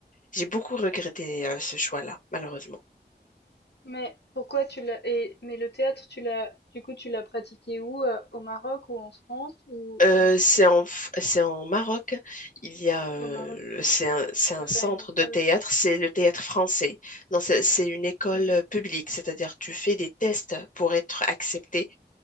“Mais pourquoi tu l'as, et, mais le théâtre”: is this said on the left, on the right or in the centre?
Left